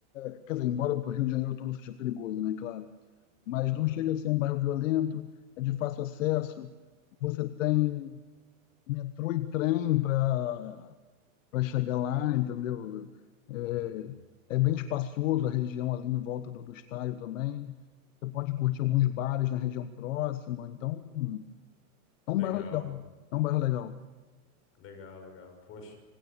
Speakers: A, on the left; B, on the left.
A: é, quer dizer, embora o Rio de Janeiro todo seja perigoso, né, claro, mas
B: Aham,
A: não chega a ser um bairro violento, é de fácil acesso, você tem metrô e trem para para chegar lá, entendeu? É,
B: uhum.
A: é bem espaçoso a região ali em volta do, do estádio também, você pode curtir alguns bares na região próxima, então é um
B: Legal,
A: bairro legal, é um bairro legal.
B: legal, legal. Poxa,